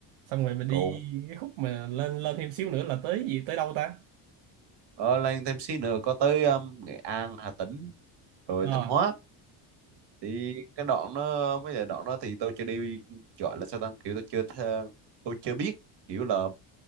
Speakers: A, on the right; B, on the right.
A: xong rồi mình đi
B: còn
A: cái khúc mà lên lên thêm xíu nữa là tới gì tới đâu ta
B: ờ, lên thêm xí nữa có tới um, Nghệ An Hà Tĩnh rồi
A: ờ
B: Thanh Hóa thì cái đoạn đó mấy cái đoạn đó thì tôi chưa đi gọi là sao ta kiểu tôi chưa thơ, tôi chưa biết kiểu là